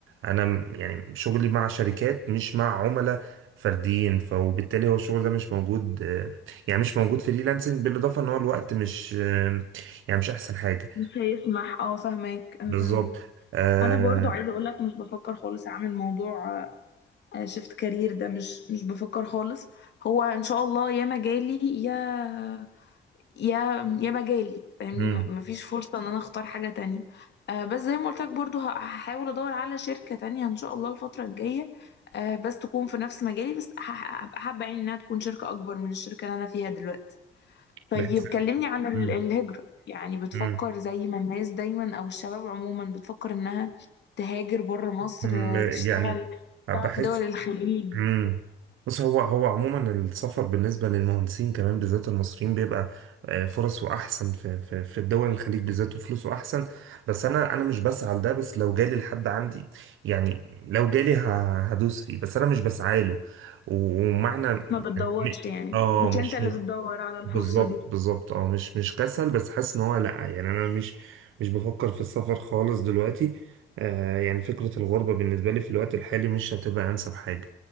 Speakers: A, on the right (about 85°); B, on the left (about 60°).
A: أنا م- يعني شغلي مع شركات مش مع عملاء فرديين ف- وبالتالي هو الشغل ده مش موجود آه، يعني مش موجود فريلانسنج بالإضافة إن هو الوقت مش آه، يعني مش أحسن حاجة
B: مش هيسمح اه فاهمك انا
A: بالظبط
B: فاهمك
A: آه
B: انا برضو عايزه اقول لك مش بفكر خالص اعمل موضوع آه، شفت كارير ده مش مش بفكر خالص هو ان شاء الله يا مجالي يا يا يا مجالي فاهمني
A: مم.
B: م- مفيش فرصة ان انا اختار حاجة تانية آه بس زي ما قلت لك برضو ه- هحاول ادور على شركة تانية ان شاء الله الفترة الجاية آه بس تكون في نفس مجالي بس هح- هبقى حابة يعني انها تكون شركة اكبر من الشركة اللي انا فيها دلوقتي طيب
A: بحس
B: كلمني عن ال-
A: مم.
B: الهجرة يعني بتفكر
A: مم.
B: زي ما الناس دايما او الشباب عموما بتفكر انها تهاجر بره مصر
A: مم.
B: آه، تشتغل
A: يعني بحس
B: تشتغل في دول الخليج
A: مم. بص هو هو عموما السفر بالنسبة للمهندسين كمان بالذات المصريين بيبقى آه، فرصه أحسن في في في الدول الخليج بالذات وفلوسه أحسن بس أنا أنا مش بسعى لده بس لو جالي لحد عندي يعني لو جالي ه- هدوس فيه بس أنا مش بسعى له ومعنى
B: ما بتدورش
A: يعني م-
B: يعني
A: اه
B: مش
A: مش
B: انت اللي بتدور على الفرصة
A: بالظبط
B: دي
A: بالظبط اه مش مش كسل بس حاسس ان هو لا يعني انا مش مش بفكر في السفر خالص دلوقتي آه يعني فكرة الغربة بالنسبة لي في الوقت الحالي مش هتبقى انسب حاجة